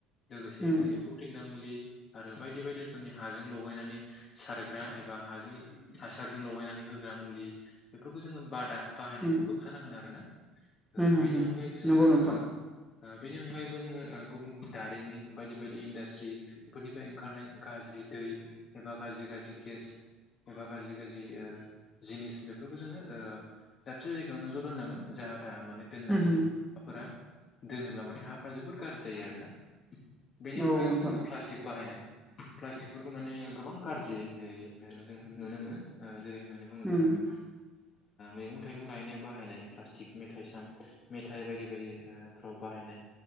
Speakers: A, on the left; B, in the centre.
A: लोगोसेयैनो
B: उम
A: एम्फौ थैग्रा मुलि आरो बायदि बायदि रोखोमनि हाजों लगायनानै सारग्रा एबा हाजों हासारजों लगायनानै होग्रा मुलि बेफोरखौ जोङो बादा बाहायनायखौ
B: उम
A: हो आरोना ओ
B: उम
A: बेनि
B: उम
A: ओ अनगायैबो जोङो
B: नंगौ नोंथां
A: ओ बेनि अनगायैबो जोङो गुबुन गुबुन दारिमिन बायदि बायदि इन्डास्ट्रि बेफोरनिफ्राय ओंखारनाय गाज्रि दै एबा गाज्रि गाज्रि गेस एबा गाज्रि गाज्रि जिनिस बेफोरखौ जोङो दाबसे जायगायाव जायगायावनो ज' दोननांगोन जाहा थाहा माने दोननानै
B: उम उम
A: हाफोरा दोनोब्ला माने हाफ्रा जोबोद गाज्रि जायो आरोना बेनि
B: औ
A: अनगायैबो
B: नोंथां
A: जोङो प्लास्टिक बाहायनाय प्लास्टिकफोरखौ माने गोबां गाज्रि जों नुनो मोनो जेरै होननानै बुङोब्ला
B: उम
A: जोङो मैगं थाइगं गायनो बाहायनाय प्लास्तिक मेथाइ मेथाइ बायदि बायदिफोराव बाहायनाय